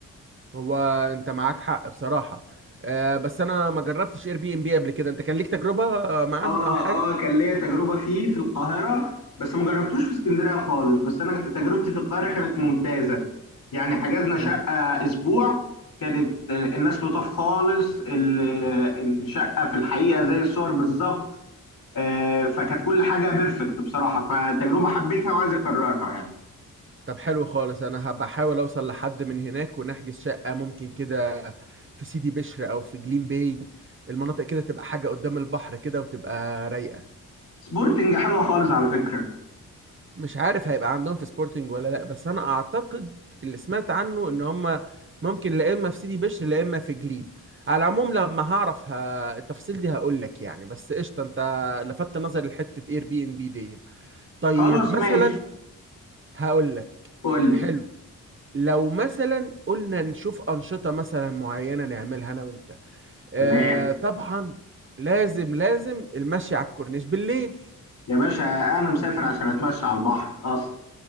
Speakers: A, on the right; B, on the left.
A: هو أنت معاك حق بصراحة آه، بس أنا ما جربتش اير بي ام بي قبل كده أنت كان ليك تجربة آه، معاهم
B: اه
A: أو حاجة؟
B: اه كان ليا تجربه فيه في القاهره بس ما جربتوش في اسكندريه خالص بس انا تجربتي في القاهره كانت ممتازه يعني حجزنا
A: مم.
B: شقه اسبوع كانت آه، الناس لطاف خالص ال- آه، الشقه في الحقيقه زي الصور بالظبط آه، فكانت كل حاجه بيرفكت بصراحه فتجربه حبيتها وعايز اكررها يعني
A: طب حلو خالص انا هبقى احاول اوصل لحد من هناك ونحجز شقة ممكن كده في سيدي بشر او في جليم باي المناطق كده تبقى حاجة قدام البحر كده وتبقى رايقة
B: سبورتنج حلوه خالص على فكره
A: مش عارف هيبقى عندهم في سبورتنج ولا لا بس انا اعتقد اللي سمعت عنه ان هم ممكن لا اما في سيدي بشر لا اما في جليم على العموم لما هعرف ه... التفاصيل دي هقول لك يعني بس قشطة انت لفت نظري لحتة اير بي ام بي دي طيب
B: خلاص
A: مثلا
B: ماشي
A: هقول لك
B: فل
A: حلو لو مثلا قلنا نشوف أنشطة مثلا معينة نعملها أنا وأنت آه
B: تمام
A: طبعا لازم لازم المشي على الكورنيش بالليل
B: يا باشا انا مسافر عشان اتمشى على البحر اصلا